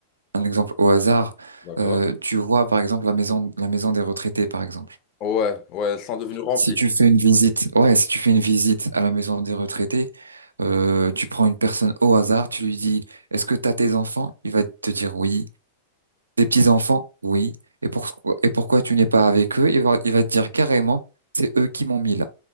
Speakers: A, on the right; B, on the left.
A: un exemple au hasard.
B: d'accord?
A: Euh, tu vois, par exemple, la maison la maison des retraités, par exemple.
B: Ouais, ouais, ils sont devenus remplis.
A: Si tu fais une visite, ouais, si tu fais une visite à la maison des retraités, euh, tu prends une personne au hasard, tu lui dis, est-ce que t'as tes enfants? Il va te dire oui. Des petits-enfants, oui. Et pourquoi, et pourquoi tu n'es pas avec eux? Il va, il va te dire carrément, c'est eux qui m'ont mis là.